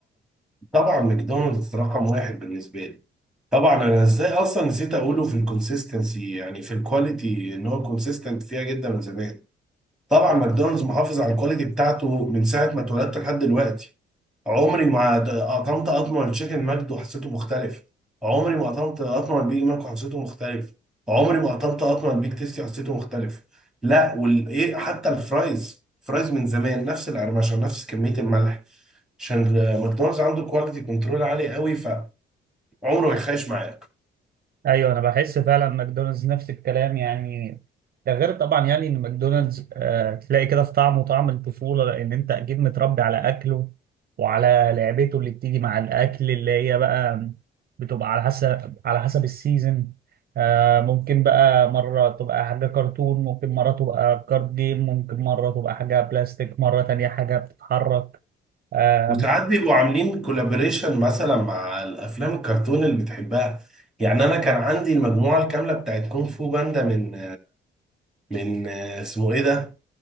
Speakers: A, in the centre; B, on the right.
A: طبعا ماكدونالدز رقم واحد بالنسبه لي طبعا انا ازاي اصلا نسيت اقوله في الكونسيستنسي يعني في الكواليتي ان هو كونسيستنت فيها جدا من زمان طبعا ماكدونالدز محافظ على الكواليتي بتاعته من ساعه ما اتولدت لحد دلوقتي عمري ما د- قطمت قطمه التشيكن ماجد وحسيته مختلف عمري ما قطمت قطمه البيج ماك وحسيته مختلف عمري ما قطمت قطمه البيج تيستي وحسيته مختلف لا وال ايه حتى الفرايز فرايز من زمان نفس القرمشه نفس كميه الملح عشان ماكدونالدز عنده كواليتي كنترول عالي قوي فعمره ما يخيش معايا
B: ايوه انا بحس فعلا ماكدونالدز نفس الكلام يعني ده غير طبعا يعني ان ماكدونالدز آه تلاقي كده في طعمه طعم الطفولة لان انت اكيد متربي على اكله وعلى لعبته اللي بتيجي مع الاكل اللي هي بقى بتبقى على حسب على حسب السيزون آه ممكن بقى مرة تبقى حاجة كرتون ممكن مرة تبقى كارد جيم ممكن مرة تبقى حاجة بلاستيك مرة تانية حاجة بتتحرك آه
A: وساعات بيبقوا عاملين كولابوريشن مثلا مع الافلام الكرتون اللي بتحبها يعني انا كان عندي المجموعه الكامله بتاعت كونغ فو باندا من من آه، اسمه ايه ده